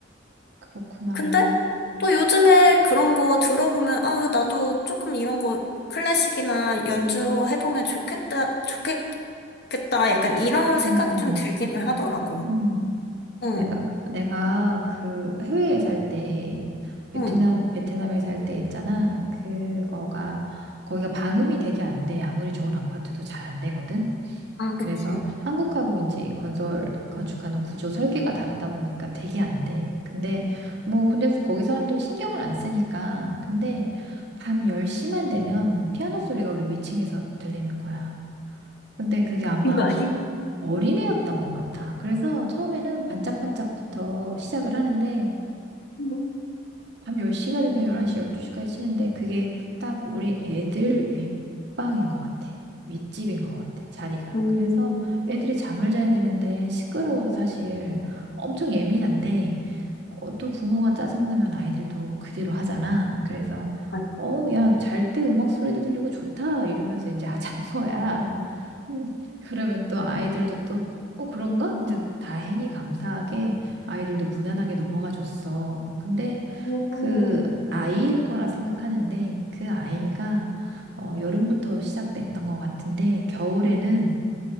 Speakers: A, on the right (about 60°); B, on the left (about 55°).
A: 그렇구나.
B: 근데 또 요즘에 그런 거 들어보면, 아, 나도 조금 이런 거 클래식이나 연주해보면 좋겠다, 좋겠겠다. 약간 이런 생각이
A: 음, 음,
B: 좀 들기는 하더라고.
A: 음.
B: 응,
A: 내가, 내가 그 해외에 살 때, 베트남,
B: 응.
A: 베트남에 살 때 있잖아. 그거가, 거기가 방음이 되게 안 돼. 아무리 좋은 아파트도 잘 안 되거든.
B: 아,
A: 그래서
B: 그치.
A: 한국하고 이제 건설, 건축하는 구조 설계가 다르다 보니까 되게 안 돼. 근데, 뭐, 근데 거기 사람들은 신경을 안 쓰니까. 근데 밤 10시만 되면 피아노 소리가 우리 위층에서 들리는 거야. 근데 그게 아마
B: 이거 아직?
A: 어린애였던 것 같아. 그래서 처음에는 반짝반짝부터 시작을 하는데
B: 응.
A: 밤 10시가 되면 11시, 12시까지 쉬는데 그게 딱 우리 애들 윗방인 것 같아. 윗집인 것 같아, 자리가.
B: 음,
A: 그래서 애들이 잠을 자야 되는데 시끄러워서 사실 엄청 예민한데 어, 또 부모가 짜증나면 아이들도 그대로 하잖아. 그래서
B: 아직.
A: 어, 야, 잘 때 음악 소리도 들리고 좋다 이러면서 이제 아, 잔 <laughs> 거야. 음, 그러면 또 아이들도 또 어, 그런가? 이제 다행히 감사하게 아이들도 무난하게 넘어가 줬어. 근데
B: 음,
A: 그 아이일 거라 생각하는데 그 아이가 어, 여름부터 시작됐던 것 같은데 겨울에는